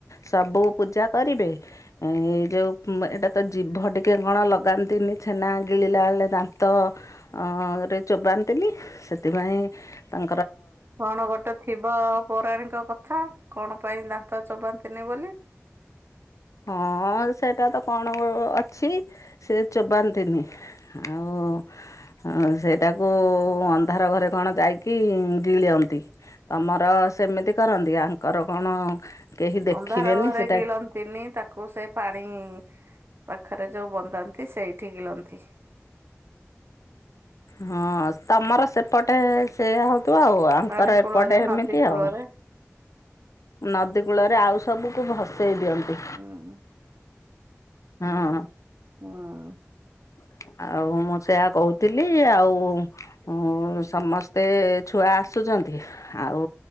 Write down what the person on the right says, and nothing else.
କଣ ଗୋଟେ ଥିବ ପୌରାଣିକ କଥା କଣ ପାଇଁ ଦା ତ ଚୋବାନ୍ତିନି ବୋଲି।
ଅନ୍ଧାର ଘରେ
ଗିଲନ୍ତିନି ତାକୁ କୁ ସେ ପାଣି ପାଖରେ ଯୋଉ ବନ୍ଦାନ୍ତି ସେଇଠି ଗିଳନ୍ତି।
ପାଣି କୂଳରେ
ନଦୀ କୂଳରେ
ହୁଁ
ଅଁ।